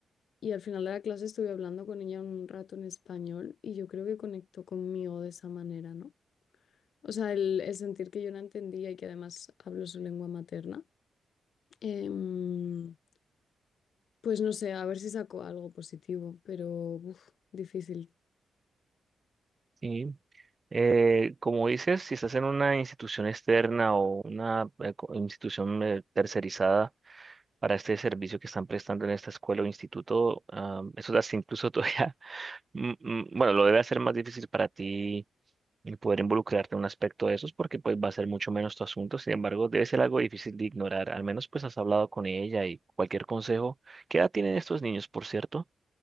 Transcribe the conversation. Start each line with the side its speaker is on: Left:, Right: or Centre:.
Left: Y al final de la clase estuve hablando con ella un rato en español y yo creo que conectó conmigo de esa manera, ¿no? O sea, el, el sentir que yo la entendía y que además hablo su lengua materna. Em, pues no sé, a ver si saco algo positivo, pero uf, difícil.
Right: Sí. eh, como dices, si estás en una institución externa o una eh, co- institución eh, tercerizada, para este servicio que están prestando en esta escuela o instituto. ah, eso da incluso <laughs> todavía Mm, mm, Bueno, lo debe hacer más difícil para ti el poder involucrarte en un aspecto de esos porque pues va a ser mucho menos tu asunto. Sin embargo, debe ser algo difícil de ignorar. Al menos pues has hablado con ella y cualquier consejo. ¿Qué edad tienen estos niños, por cierto?